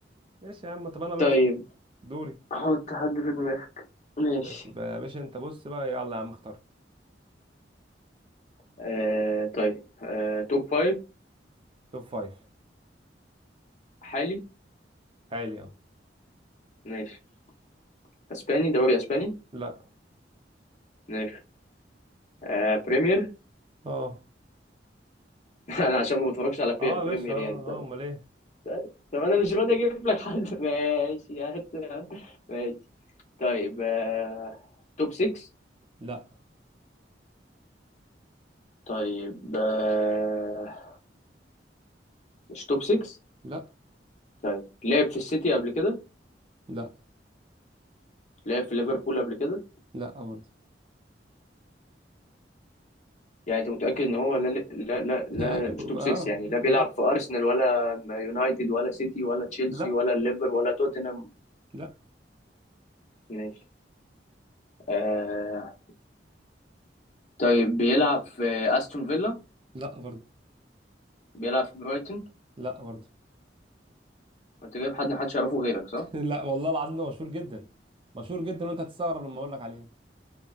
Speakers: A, on the right; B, on the left.
A: ماشي يا عم طب انا ماشي
B: طيب
A: دوري
B: حط حد في دماغك ماشي
A: ماشي بقى يا باشا انت بص بقى يلا يا عم اخترت
B: آه طيب آه توب فايف
A: توب فايف
B: حالي
A: حالي اهو
B: ماشي اسباني دوري اسباني
A: لا
B: ماشي آه بريمير
A: اه
B: <laughs> انا عشان ما بتفرجش على
A: اه
B: بي- بريمير
A: يا باشا اه
B: يعني طيب
A: اه امال ايه
B: طيب طب انا مش راضي اجيب لك حد <laughs> ماشي هات ماشي طيب آه توب 6
A: لا
B: طيب آه مش توب 6
A: لا
B: طيب لعب في السيتي قبل كده
A: لا
B: لعب في ليفربول قبل كده
A: لا برضه
B: يعني انت متأكد ان هو لا لا لا, لا
A: <laughs> ايوه
B: مش توب 6
A: اه
B: يعني لا بيلعب
A: اه
B: في ارسنال ولا يونايتد ولا سيتي ولا تشيلسي
A: لا
B: ولا الليفر ولا توتنهام
A: لا
B: ماشي آه طيب بيلعب في استون فيلا
A: لا برضه
B: بيلعب في برايتون
A: لا برضه
B: انت جايب حد محدش يعرفه غيرك صح؟
A: <laughs> لا والله العظيم ده مشهور جدا مشهور جدا وانت هتستغرب لما اقول لك عليه